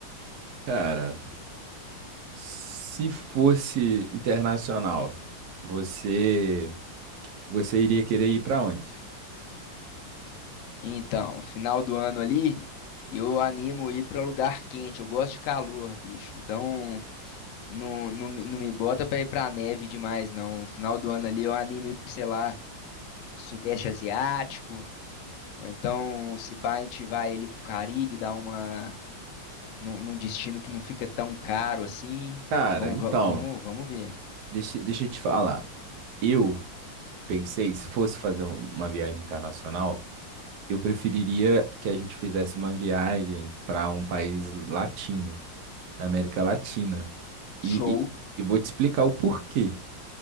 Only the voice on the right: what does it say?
Cara, se fosse internacional, você você iria querer ir pra onde?
Cara,
então,
deixa, deixa eu te falar. Eu pensei, se fosse fazer um- uma viagem internacional, Eu preferiria que a gente fizesse uma viagem para um país latino, da América Latina.
E, e eu vou te explicar o porquê.